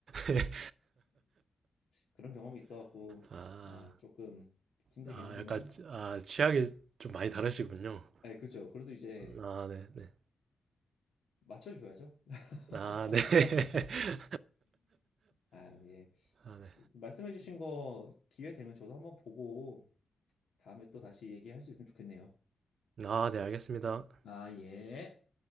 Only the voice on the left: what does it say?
그런 경험이 있어갖고
아 조금 힘들긴
하지만
네, 그렇죠. 그래도 이제
맞춰줘야죠. <laughs>
아, 네. 아,
예. 말씀해주신 거 기회 되면 저도 한번 보고 다음에 또 다시 얘기할 수 있으면 좋겠네요.
아, 예.